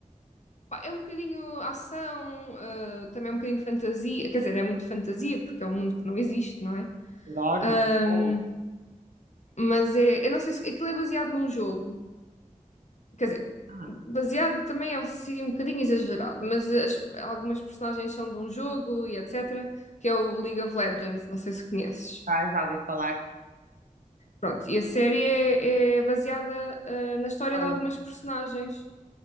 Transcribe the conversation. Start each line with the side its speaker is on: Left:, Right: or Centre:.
Left: Pá, É um bocadinho ação, ah, também é um bocadinho fantasia, quer dizer, é muito fantasia, porque é um mundo que não existe, não é?
Right: Adoro,
Left: Ahm,
Right: adoro.
Left: mas é, eu não sei se aquilo é baseado num jogo, quer dizer,
Right: Ah,
Left: baseado também é assim, um bocadinho exagerado, mas as- algumas personagens são de um jogo e etc., que é o League of Legends, não sei se conheces.
Right: tá, já ouvi falar.
Left: Pronto, e a série é, é baseada, ah, na história
Right: Olha,
Left: de algumas personagens,